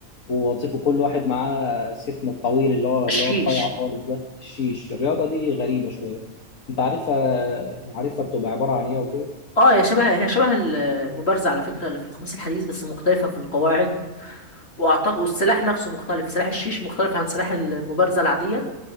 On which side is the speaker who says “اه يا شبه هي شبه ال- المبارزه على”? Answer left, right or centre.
Left